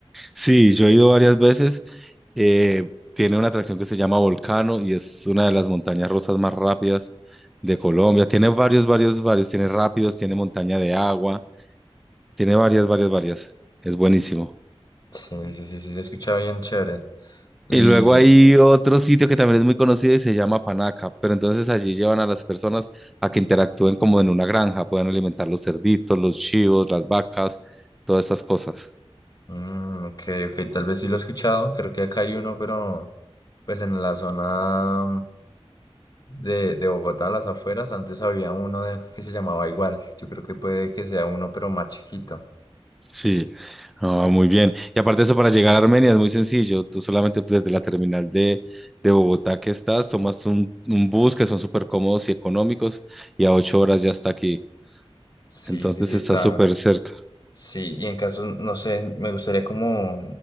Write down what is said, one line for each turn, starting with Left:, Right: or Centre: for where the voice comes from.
Centre: Sí, yo he ido varias veces. eh, tiene una atracción que se llama Volcano y es una de las montañas rusas más rápidas de Colombia. Tiene varios, varios, varios. Tiene rápidos, tiene montaña de agua, tiene varias, varias, varias. Es buenísimo.
Left: Sí, sí, sí, sí, se escucha bien chévere. Y,
Centre: Y luego hay otro sitio que también es muy conocido y se llama Panaca, pero entonces allí llevan a las personas a que interactúen como en una granja, puedan alimentar los cerditos, los chivos, las vacas, todas estas cosas.
Left: mm, ok, ok, tal vez sí lo he escuchado, creo que acá hay uno, pero pues en la zona mm, de, de Bogotá, a las afueras, antes había uno de- que se llamaba igual, yo creo que puede que sea uno, pero más chiquito.
Centre: Sí, Ah, muy bien. Y aparte de eso, para llegar a Armenia es muy sencillo. Tú solamente pues, desde la terminal de, de Bogotá que estás, tomas un, un bus que son súper cómodos y económicos y a ocho horas ya está aquí.
Left: Sí,
Centre: Entonces
Left: sí, sí,
Centre: está
Left: está.
Centre: súper cerca.
Left: Sí, y en caso, no sé, me gustaría como